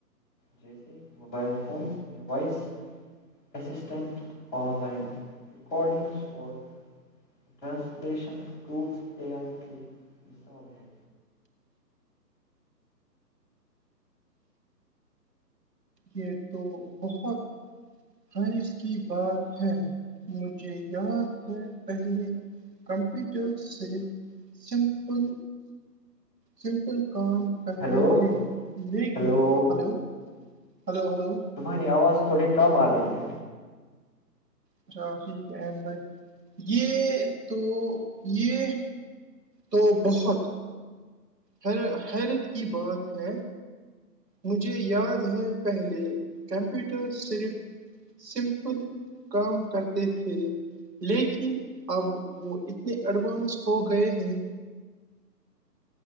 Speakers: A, on the left; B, on the right.
A: جیسے موبائل فونس میں voice assistant online recordings اور ٹرانسلیشن ٹولز اے آئی کی مثال ہے
B: یہ تو بہت خانس کی بات ہے مجھے یاد ہے پہلے کمپیوٹر صرف سمپل سمپل کام کرتے
A: ہیلو
B: تھے دیکھیں
A: ہیلو
B: ہلو ہلو ہلو
A: تمہاری آواز تھوڑی کم آ رہی ہے
B: اچھا ٹھیک ہے ام بھائی یہ تو یہ تو بہت یر حیرت کی بات ہے مجھے یاد ہے پہلے کمپیوٹر صرف سمپل کام کرتے تھے لیکن اب وہ اتنے ایڈوانس ہو گئے ہیں